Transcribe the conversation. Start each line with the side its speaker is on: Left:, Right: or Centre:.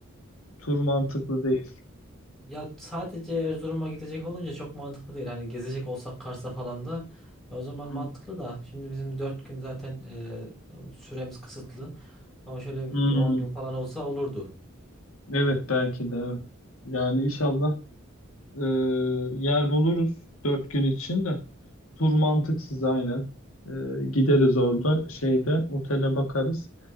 Left: Tur mantıklı değil.
Centre: Ya sadece Erzurum'a gidecek olunca çok mantıklı değil. Hani gezecek olsak Kars'a falan da o zaman mantıklı
Left: Hmm.
Centre: da. Şimdi bizim 4 gün zaten e, süremiz kısıtlı. Ama şöyle
Left: Hmm.
Centre: bir 10 gün falan olsa olurdu.
Left: Evet belki de. evet. Yani inşallah e, yer buluruz dört gün için de. Tur mantıksız aynen. E, gideriz orada şeyde otele bakarız.